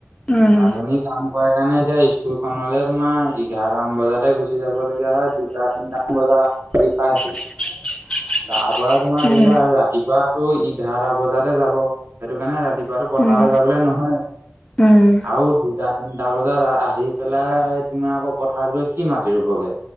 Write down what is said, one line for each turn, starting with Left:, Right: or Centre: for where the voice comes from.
Left: উম,
Right: ৰান্ধনী কাম কৰে সেইকাৰণে এতিয়া স্কুল খনলে তোমাৰ এঘাৰটামান বজাতে গুচি যাব লগীয়া হয় দুটা তিনটামান বজাত আহি পাইহি।
Left: <unintelligible>
Right: তা পৰা তোমাৰ
Left: উম,
Right: ধৰি লোৱা ৰাতিপুৱাটো এঘাৰটা বজাতে যাব সেইটো কাৰণে ৰাতিপুৱাটো ক পথালে
Left: উম।
Right: যাবলে নহয়
Left: উম,
Right: আৰু দুটা তিনটা বজাত আহি পেলাই তোমাৰ আকৌ পথাৰত গৈ কি মাতি ৰুবগে